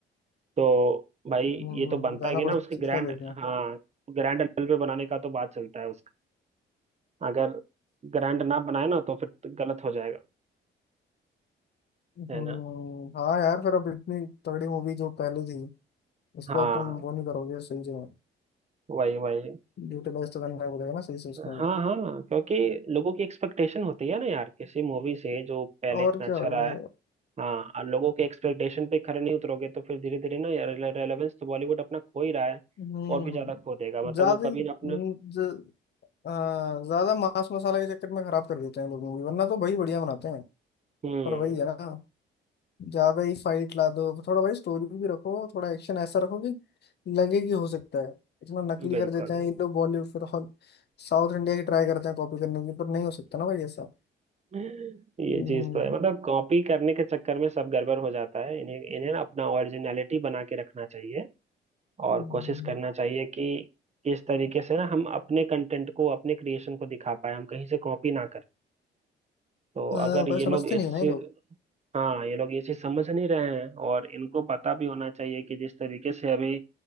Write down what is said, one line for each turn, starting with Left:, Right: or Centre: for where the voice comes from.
Right: तो भाई
Left: हम्म,
Right: ये तो बनता
Left: जाना
Right: है कि ना
Left: पड़ता
Right: उसके ग्रैंड
Left: क्या देखना
Right: हाँ ग्रैंड लेवल पे बनाने का तो बात चलता है उसका अगर ग्रैंड ना बनाए ना तो फिर गलत हो जाएगा है
Left: हम्म
Right: ना
Left: हाँ यार फिर अब इतनी तगड़ी मूवी जो पहले थी उसको
Right: हाँ
Left: अब तुम वो नहीं करोगे सही जगह
Right: वही वही
Left: यूटिलाइज तो करना पड़ेगा ना सही से उसको
Right: हाँ हाँ क्योंकि लोगों की एक्सपेक्टेशन होती है ना यार किसी मूवी से जो पहले
Left: और
Right: इतना
Left: क्या
Right: अच्छा
Left: हो
Right: रहा
Left: ये
Right: है हाँ और लोगों के एक्सपेक्टेशन पे खरे नहीं उतरोगे तो फिर धीरे धीरे ना यार रेलेवेंस तो बॉलीवुड अपना खो ही रहा है
Left: हम्म
Right: और भी ज्यादा खो देगा मतलब
Left: ज्यादा
Right: वो कभी
Left: ही, हम्म,
Right: ना अपने
Left: ज- आ, ज्यादा मांस मसाला के चक्कर में खराब कर देते हैं लोग मूवी वरना तो भाई बढ़िया बनाते हैं
Right: हम्म
Left: पर वही है ना ज्यादा ही फाइट ला दो थोड़ा भाई स्टोरी भी रखो थोड़ा एक्शन ऐसा रखो कि लगे कि हो सकता है इतना नकली
Right: बिल्कुल
Left: कर देते हैं ये लोग बॉलीवुड फिर हॉल साउथ इंडिया की ट्राई करते हैं कॉपी करने की पर नहीं हो सकता ना भाई ऐसा
Right: <laughs> ये
Left: हम्म
Right: चीज तो है मतलब कॉपी करने के चक्कर में सब गड़बड़ हो जाता है इन्हें इन्हें ना अपना ओरिजिनलिटी बना के रखना चाहिए और
Left: हम्म,
Right: कोशिश करना चाहिए कि किस तरीके से ना हम अपने कंटेंट को अपने क्रिएशन को दिखा पाए हम कहीं से कॉपी ना करें तो
Left: हाँ
Right: अगर
Left: भाई
Right: ये
Left: समझते
Right: लोग इसी
Left: नहीं है ना ये लोग
Right: हाँ ये लोग इसी समझ नहीं रहे हैं और इनको पता भी होना चाहिए कि जिस तरीके से अभी